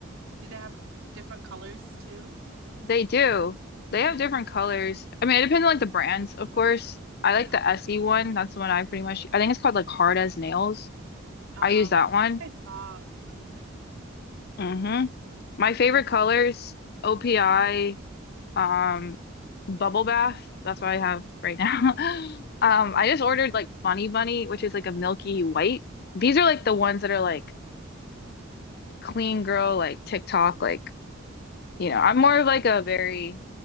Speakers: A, on the right; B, on the left.
A: do they have different colors too?
B: they do. They have different colors. I mean, it depends on like the brands, of course. I like
A: Yeah.
B: the Essie one. That's the one I pretty much I think it's called like Hard as Nails.
A: Oh,
B: I use
A: okay.
B: that one.
A: I saw some of it
B: hmm My favorite
A: in.
B: colors, OPI, um, Bubble Bath. That's what I have right now. <laughs> Um,
A: Oh
B: I just ordered like Funny Bunny, which is like a milky white. These are like the ones that are like clean girl, like TikTok, like you
A: mhm.
B: know, I'm more of like a very,